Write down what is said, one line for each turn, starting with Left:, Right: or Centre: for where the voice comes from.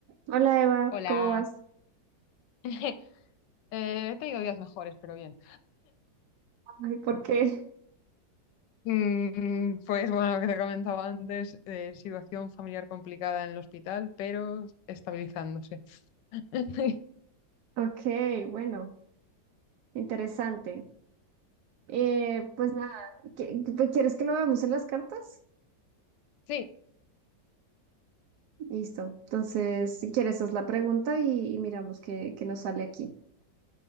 Right: Hola Eva,
Left: Hola.
Right: ¿cómo vas?
Left: <laughs> Eh, he tenido días mejores, pero bien.
Right: Ay, ¿por qué?
Left: Mm, pues bueno, lo que te comentaba antes, eh, situación familiar complicada en el hospital, pero estabilizándose. <laughs>
Right: Ok, bueno, interesante. Eh, pues nada, ¿qui- qui- ¿quieres que lo veamos en las cartas?
Left: Sí,
Right: Listo. Entonces, si quieres, haz la pregunta y, y miramos qué, qué nos sale aquí.